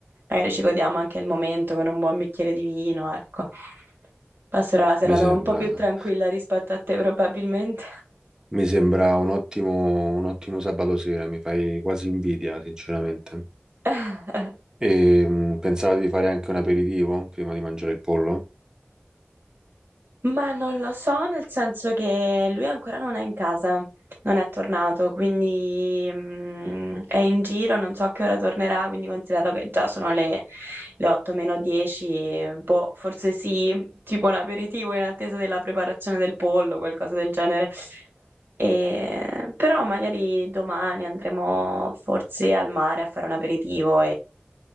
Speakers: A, on the right; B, on the right.
A: Magari ci godiamo anche il momento con un buon bicchiere di vino, ecco. Passerò la serata
B: Mi sembra,
A: un po' più tranquilla rispetto a te, probabilmente.
B: mi sembra un ottimo, un ottimo sabato sera, mi fai quasi invidia, sinceramente.
A: <laughs>
B: E, mh, pensavo di fare anche un aperitivo prima di mangiare il pollo?
A: Ma non lo so, nel senso che lui ancora non è in casa, non è tornato, quindi mm, è in giro, non so a che ora tornerà, quindi considerato che già sono le, le 8 meno 10, boh, forse sì, tipo un aperitivo in attesa della preparazione del pollo, qualcosa del genere. E- però magari domani andremo forse al mare a fare un aperitivo